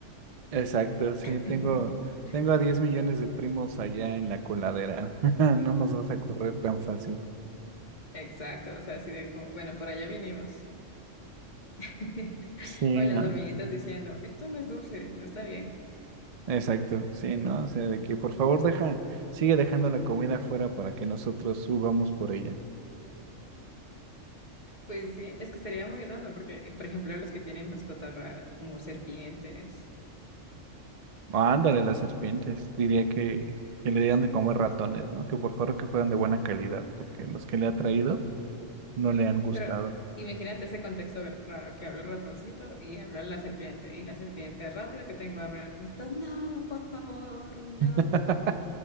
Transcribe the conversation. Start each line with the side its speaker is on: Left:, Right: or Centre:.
Right: Exacto, sí,
Left: <laughs>
Right: tengo, tengo a 10 millones de primos allá en la coladera. <laughs> No nos vas a correr tan fácil.
Left: Exacto, o sea, así de como, bueno, por allá vinimos. <laughs>
Right: Sí,
Left: O las
Right: no.
Left: hormiguitas diciendo, esto no es dulce, no está bien.
Right: Exacto, sí, ¿no? O sea, de que por favor deja, sigue dejando la comida afuera para que nosotros subamos por ella.
Left: Pues sí, es que sería muy random porque, por ejemplo, los que tienen mascotas raras, como serpientes,
Right: Ándale, las serpientes. Diría que, que le digan de comer ratones, ¿no? Que por favor que fueran de buena calidad, porque los que le ha traído no le han gustado.
Left: pero imagínate ese contexto raro que habla el ratoncito y habla la serpiente, y la serpiente, rápido que tengo hambre, el ratoncito, no, por favor, no,
Right: <laughs>